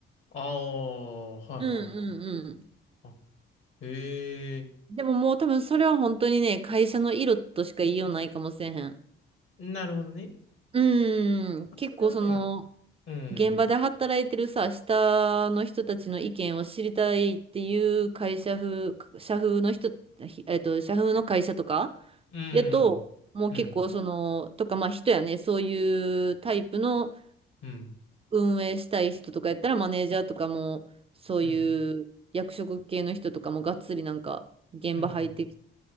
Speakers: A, on the left (about 65°); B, on the right (about 25°).
A: ああ、はいはいはい。
B: うんうんう
A: あ、へえ
B: ん。でももう多分それは本当にね、会社の色としか言いようないかもしれへん。
A: なるほどね。
B: うーん、
A: あ、
B: 結構その、
A: それあるんやな。うん、
B: 現場で働いてるさ、下の人たちの意見を知りたいっていう会社風、社風の人、ひえっと、社風の会社とか、
A: うん、
B: やと、もう結構その、
A: うん、
B: とか、まあ人やね、そういうタイプの
A: うん、
B: 運営したい人とかやったら、マネージャーとかも、そういう役職系の人とかもがっつりなんか、
A: うん、
B: 現場入ってきて
A: うん、うん、